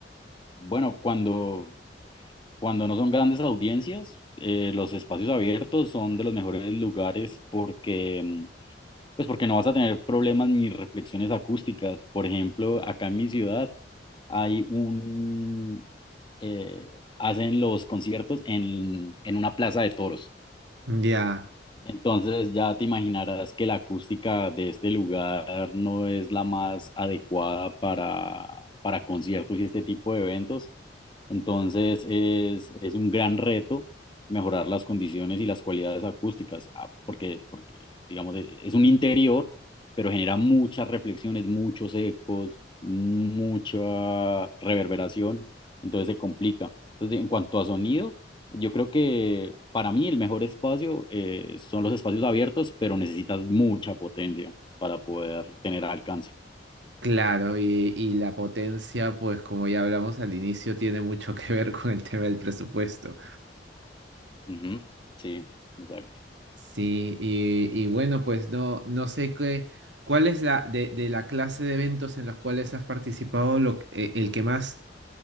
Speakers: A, on the left (about 25°); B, on the right (about 85°).
A: bueno, cuando Cuando no son grandes audiencias, eh, los espacios abiertos son de los mejores lugares porque, mm, pues porque no vas a tener problemas ni reflexiones acústicas. Por ejemplo, acá en mi ciudad hay un, eh, hacen los conciertos en, en una plaza de toros.
B: Ya,
A: Entonces ya te imaginarás que la acústica de este lugar no es la más adecuada para, para conciertos y este tipo de eventos. Entonces es, es un gran reto mejorar las condiciones y las cualidades acústicas, ah, porque, porque digamos, e- es un interior, pero genera muchas reflexiones, muchos ecos, mucha reverberación, entonces se complica. Entonces, en cuanto a sonido... Yo creo que para mí el mejor espacio eh, son los espacios abiertos, pero necesitas mucha potencia para poder tener alcance.
B: claro, y, y la potencia, pues como ya hablamos al inicio, tiene mucho que ver con el tema del presupuesto.
A: Ujú, Sí, exacto.
B: Sí, y, y bueno, pues no, no sé qué, cuál es la de, de la clase de eventos en los cuales has participado, lo, que- eh, el que más